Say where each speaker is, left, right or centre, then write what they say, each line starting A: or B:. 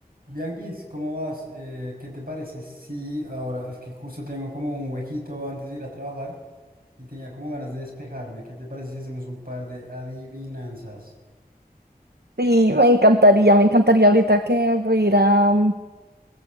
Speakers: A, on the right; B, on the right.
A: Bianquis, ¿cómo vas? Eh, ¿qué te parece? Sí, ahora es que justo tengo como un huequito antes de ir a trabajar y tenía como ganas de despejarme. ¿Qué te parece si hacemos un par de adivinanzas?
B: Sí, me encantaría, me encantaría ahorita que voy a ir a, mm,